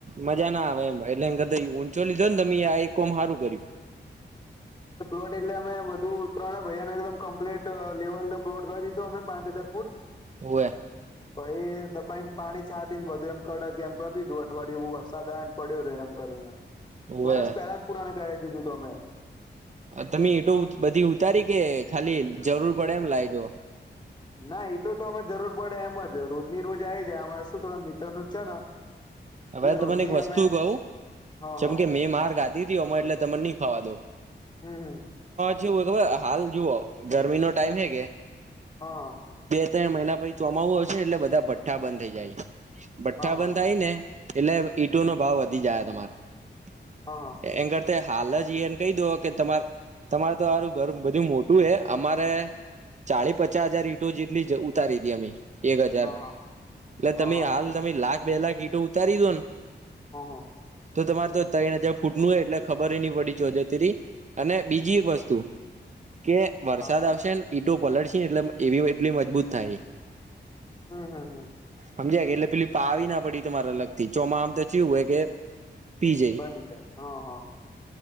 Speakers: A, on the right (about 40°); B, on the left (about 25°).
A: મજા ના આવે એમ. લ દ હું ચો લીધો ને તમે આ એક કોમ સારું કર્યું.
B: પ્લોટ એટલે અમે બધું ઉતરણ ભૈયાને એકદમ કમ્પ્લીટ લેવલ પ્લોટ કરી દીધો અમે પાંચ હજાર ફૂટ.
A: હવે
B: પહિ દબાઈ ને પાણી છાડીને બધું એમ કે કે એમ કરી દીધું અઠવાડયું વ સાદ આવે ને પડ્યો રહે એમ કરીને
A: હોવે
B: વરષ પહેલા જ પુરાણ કરાય દીધું તો અમે.
A: તમે એટું બધી ઉતારી કે ખાલી જરૂર પડે એમ લાયજો.
B: ના એ તો તો અમે જરૂર પડે એમ જ રોજની રોજ આ જાય અમારે શું થ મિત્ર ન જ છે ને
A: હવે
B: એટલે
A: તને
B: રોજની
A: એક વસ્તુ
B: અમે
A: કઉું
B: હા
A: જેમ
B: હા
A: કે મેં માર ગાધી તી અમાં એટલે તમાની થવા દોવ
B: હમ્મ હમ્મ.
A: જે વગ વા હાલ જુઓ ગરમી નો ટાઈમ હે કે.
B: હા.
A: તે મહિના પછ ચોમાવું હશે ને એટલે બધા ભઠ્ઠા બંધ થઈ જાય ભઠ્ઠા
B: હા હા
A: બંધ થાય ને. એટલે ઈટો નો ભાવ વધી જાય તમારે
B: હા હા
A: એન કર હાલ જ એને કહી દો કે તમા તમારે તો આરું ઘર બધું મોટું હ અમારે ચાળી પચાસ હજાર ઈટો જેટલી જ ઉતારી દે અમે. તેર હજાર
B: હા
A: એટલે તમે
B: હા હા
A: હાલ તમે લાખ બે લાખ ઈટો ઉતારી દો ને.
B: હા હ.
A: તો તમારે તો ત્રણ હજાર ફૂટ નું હોય એટલે ખબર નહી પડી ચજે તરી. અને બીજી એક વસ્તુ કે વરસાદ
B: હા
A: આવશે ને ઈટો પલળશે ને એટલે એવી એટલી મજબૂત થાયએ.
B: હા હા હા.
A: સમજાય કે એટલે પેલી પાવી ના પડી તો તમારે લગતી ચોમાં આમ તો ચવું હોય કે પી જઈ
B: બની જાય હા હા.